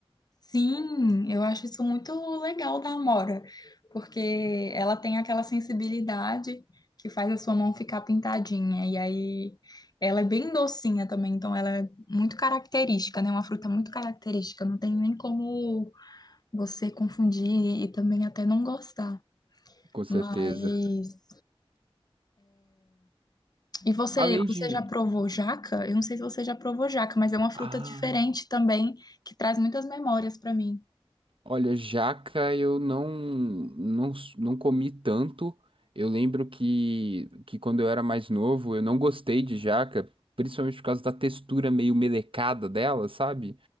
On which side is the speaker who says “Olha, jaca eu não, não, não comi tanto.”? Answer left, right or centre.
Right